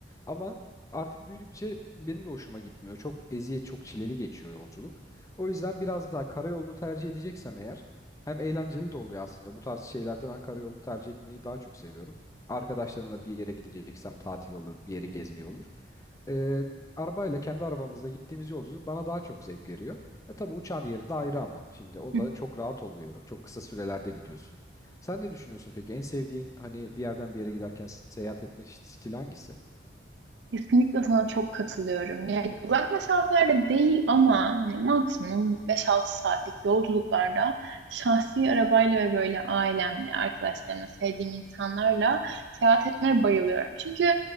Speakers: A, on the left; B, on the right.
A: Ama artık büyüdükçe benim de hoşuma gitmiyor. Çok eziyet, çok çileli geçiyor yolculuk. O yüzden biraz daha karayolunu tercih edeceksem eğer hem eğlenceli de oluyor aslında. Bu tarz şeylerde ben karayolunu tercih etmeyi daha çok seviyorum. Arkadaşlarımla bir yere gideceksem tatil olur, bir yere gezmeye olur. Ee, arabayla kendi arabamızla gittiğimiz yolculuk bana daha çok zevk veriyor. E tabii uçağın yeri de ayrı ama şimdi o
B: <laughs>
A: da çok rahat oluyor. Çok kısa sürelerde gidiyorsun. Sen ne düşünüyorsun peki? En sevdiğin hani bir yerden bir yere giderken seyahat etme stili hangisi?
B: Kesinlikle sana çok katılıyorum. Yani uzak mesafelerde değil ama hani maksimum beş altı saatlik yolculuklarda şahsi arabayla ve böyle ailemle, arkadaşlarımla, sevdiğim insanlarla seyahat etmeye bayılıyorum. Çünkü